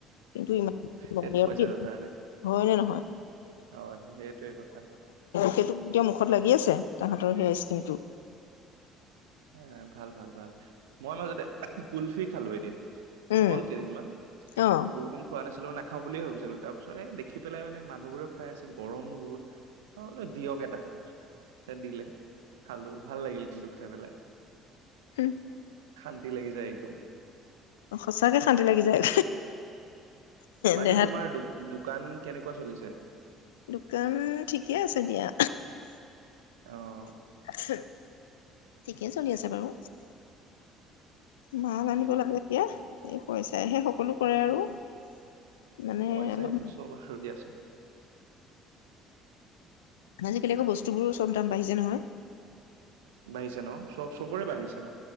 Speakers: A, on the left (about 85°); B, on the right (about 85°).
A: কিন্তু ইমান <unintelligible>
B: সেই পইচাটোৰ কাৰণে
A: হয় নে নহয়।
B: হয় হয়, সেইটোৱে কথা মোক
A: সেইটো এতিয়া মুখত লাগি আছে তাহতৰ সেই আইচ্ ক্ৰিমটো
B: হয় ভাল, ভাল, ভাল। মই মাজতে কুলফি খালো এদিন
A: উম,
B: হ'ল কেইদিনমান
A: অ',
B: বহুদিন খোৱা নাছি নাখাওঁ বুলিয়ে ভাবিছিলো, তাৰ পিছত এ দেখি পেলাই মানে মানুহবোৰে খাই আছে গৰমো বহুত, অ বোলো দিয়ক এটা, দিলে খালো ভাল লাগিল কিন্তু খাই পেলাই।
A: হু'ম।
B: শান্তি লাগি যায় একদম।
A: সঁচাকে শান্তি লাগি যায়।
B: বাকী
A: দেহাত
B: তোমাৰ দোকান কেনেকুৱা চলিছে?
A: দোকান ঠিকে আছে দিয়া।
B: অ'।
A: <unintelligible> ঠিকেই চলি আছে বাৰু। মাল
B: ঠিকে
A: আনিব
B: আছে।
A: লাগে এতিয়া। এই পইচাই সে সকলো কৰে আৰু। মানে
B: পইচাইটো
A: অলপ
B: চব, সজি আছোঁ।
A: আজিকালি আকৌ বস্তুবোৰো চব দাম বাঢ়িছে নহয়।
B: বাঢ়িছে ন? চব চবৰে বাঢ়িছে ন?